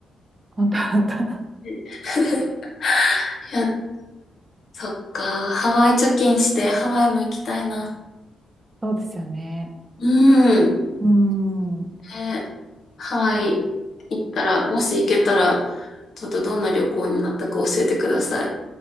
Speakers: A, on the right; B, on the left.
A: 本当本当。
B: ね <laughs> いや、そっか。ハワイ貯金してハワイも行きたいな。
A: そうですよね。
B: うん。
A: うん。
B: ねえハワイ行ったら、もし行けたら、ちょっとどんな旅行になったか教えてください。